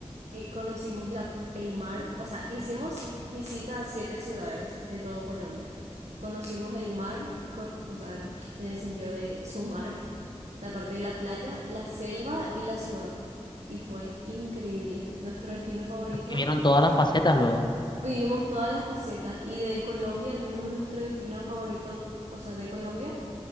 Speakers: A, on the right; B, on the left.
A: Eh, conocimos la, el mar, o sea, hicimos visita a siete ciudades de todo Colombia. Conocimos el mar, con, o sea, en el sentido de su mar la parte de la playa, la selva y la ciudad. Y fue increíble. Nuestro destino favorito,
B: Porque vieron todas las facetas luego.
A: vivimos todas las facetas y de Colombia, al menos nuestro destino favorito, o sea, de Colombia,